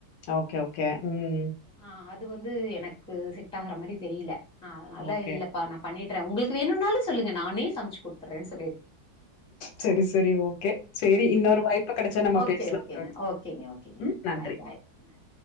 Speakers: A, on the left; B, in the centre.
A: ஓகே ஓகே உம்
B: ஆ அது வந்து எனக்கு செட் ஆகுற மாரி தெரியல ஆ அல்லா
A: ஓகே
B: இல்லப்பா நா பண்ணிட் த்ரே உங்களுக்கு வேணுனாலு சொல்லுங்க நானே சம ச்சு‌ குடுத்தறே
A: செரி செரி ஓகே செரி இன்னொரு வாய்ப்பு கெடச்சா நம்ம
B: ஓகே
A: பேசலா
B: ஓகேங்க
A: தோழி
B: ஓகேங்க ஓகேங்க
A: உம் நன்றி
B: பாய் பாய் நன்றி